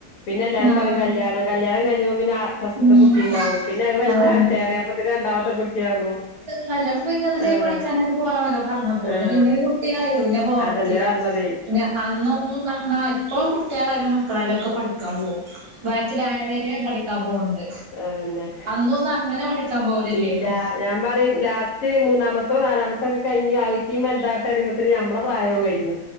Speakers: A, on the left (about 65°); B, on the right (about 35°).
A: പിന്നെ എല്ലാരും
B: ആഹ്
A: പറയും കല്യാണം ഞാൻ കല്യാണം കഴി ഞ്ഞപ്പോ പിറന്ന ഇറങ്ങഞ്ഞ പിന ഫസ്റ്റ്ത്തെ
B: ഉം
A: കുട്ടിണ്ടാവും പിന്നെത് വല്താവട്ടേറിം
B: അതന്നെ
A: അപ്പൊപിന്നെ രണ്ടാമത്തെ കുട്ടിയാകും
B: കല്ല്യാണം കഴിഞ്ഞ അതില്
A: ആഹ്
B: പഠിക്കാനൊക്കെ പോകാന്നോക്കെ പറഞ്ഞ്പ്പോ
A: ആഹ്
B: പിന്നൊരു കുട്ട്യായി പിന്നെ പോവാൻ
A: അതന്നെ
B: പറ്റീല
A: പറഞ്ഞതേ
B: പിന്നെ അന്നൊന്നും പറ്ഞ്ഞാ ഇപ്പൊ കുട്ട്യേളായാലും മക്കളായാലൊക്കെ പഠിക്കാൻ പോവും വയറ്റിലായാവരേ പഠിക്കാ പോവ്ണ്ട്
A: അതെന്നെ
B: അന്നൊന്നും അങ്ങനെ പഠിക്കാൻ പോവലില്ലേനു
A: ഇല്ലാ ഞാൻ പറയും ലാസ് റ്റ് മൂന്നാമത്തോ നാലാമത്തോക്കെ കഴിഞ്ഞു അവറ്റിം വല്താവട്ടേറിമ്പോത്തിന് ഞമ്മളെ പ്രായും കഴിഞ്ഞു